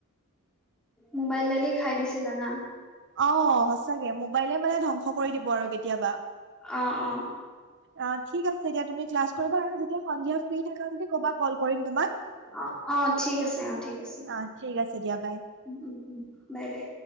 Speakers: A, in the centre; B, on the right.
A: ম'বাইল দালে খাই দিছে জানা।
B: অহ, সঁচাকে। ম'বাইলে মানে ধ্বংস কৰি দিব আৰু কেতিয়াবা।
A: অ' অ'
B: অ', ঠিক আছে দিয়া। তুমি ক্লাছ কৰিবা আৰু যেতিয়া সন্ধিয়া ফ্ৰী থাকা যদি কবা, ক'ল কৰিম তোমাক?
A: অহ, অ' ঠিক আছে, অ' ঠিক আছে।
B: অ ঠিক আছে দিয়া বাই
A: উম, উম, বাই, বাই।